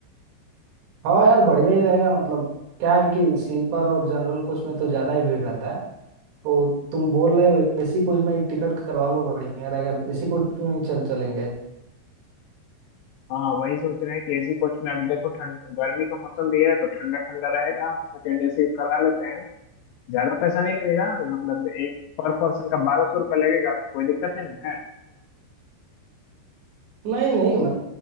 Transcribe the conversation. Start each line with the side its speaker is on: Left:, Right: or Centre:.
Right: हाँ यार बढ़िया ही रहेगा मतलब क्या है कि स्लीपर और जनरल कोच में तो ज्यादा ही भीड़ रहता है तो तुम बोल रहे हो एसी कोच में ही टिकट करवा लो बढ़िया रहेगा एसी कोच में ही चल चलेंगे
Left: हाँ वही सोच रहे हैं कि एसी कोच में अभी देखो ठंड गर्मी का मौसम भी है तो ठंडा ठंडा रहेगा सेकंड एसी करा लेते हैं ज्यादा पैसा नहीं लगेगा मतलब एक पर पर्सन का बारह सौ रुपये लगेगा कोई दिक्कत नहीं ना है
Right: नहीं नहीं मतलब